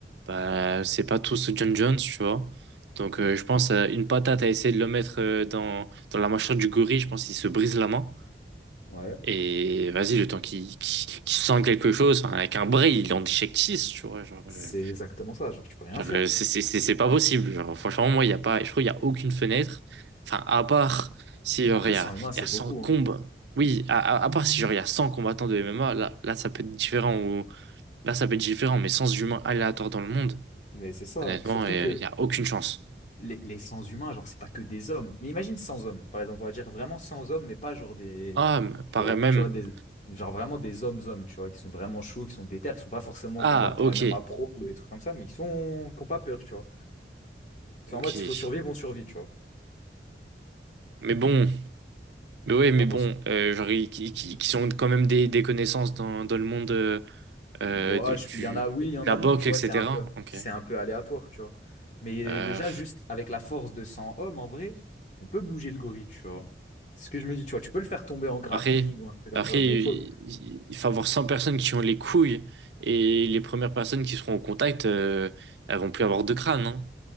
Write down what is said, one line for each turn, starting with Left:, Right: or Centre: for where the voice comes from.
Right: bah, c'est pas tous John Jones, tu vois. Donc,
Left: Mm.
Right: euh, je pense, euh, une patate à essayer de le mettre euh, dans, dans la mâchoire du gorille, je pense qu'il se brise la main.
Left: Ouais.
Right: Et vas-y, le temps qu'il qu'il qu'il sente quelque chose, enfin, avec un bras, il en déchecte tu vois. Genre,
Left: C'est
Right: euh.
Left: exactement ça, genre tu peux rien
Right: Genre,
Left: faire.
Right: euh, c'est c'est- c'est- c'est pas possible. Genre, franchement, moi, il y a pas, je trouve qu'il n'y a aucune fenêtre. Enfin, à part si genre,
Left: Après
Right: il y
Left: 100
Right: a,
Left: humains, c'est
Right: il y a cent
Left: beaucoup,
Right: combats.
Left: hein.
Right: Oui, à, à- à part si genre, il y a 100 combattants de MMA, là, là, ça peut être différent. Ou, là, ça peut être différent, mais sans humains aléatoires dans le monde,
Left: Mais c'est ça.
Right: honnêtement,
Left: Surtout
Right: euh,
Left: que
Right: il n'y a aucune chance.
Left: les, les sans humains, genre, c'est pas que des hommes. Mais imagine sans hommes, par exemple, on va dire vraiment sans hommes, mais pas genre des.
Right: Ah, mais pareil
Left: Tu vois,
Right: même.
Left: tu vois, des, genre vraiment des hommes-hommes, tu vois, qui sont vraiment chauds, qui sont déter, qui sont pas forcément
Right: Ah,
Left: combattants
Right: ok.
Left: et même à pro ou des trucs comme ça, mais qui sont, qui ont pas peur, tu vois. C'est
Right: Ok.
Left: en mode, s'il faut survivre, on survit, tu vois.
Right: Mais bon, mais ouais, mais
Left: T'en
Right: bon,
Left: penses-
Right: euh, genre, ils- qui, qui, qui sont quand même des, des connaissances dans, dans le monde euh, euh,
Left: Bah,
Right: du,
Left: je-
Right: du-
Left: il y en a oui, il y en
Right: de la
Left: a non,
Right: boxe,
Left: tu vois,
Right: etc.
Left: c'est un peu,
Right: Ok.
Left: c'est un peu aléatoire, tu vois. Mais
Right: Euh,
Left: déjà, juste avec la force de 100 hommes, en vrai, on peut bouger le gorille, tu vois. C'est ce que je me dis, tu vois, tu peux le faire tomber en grappling
Right: Après,
Left: ou un truc comme
Right: après,
Left: ça, mais
Right: il
Left: faut.
Right: il faut avoir 100 personnes qui ont les couilles et les premières personnes qui seront au contact, euh, elles vont plus avoir de crâne. hein.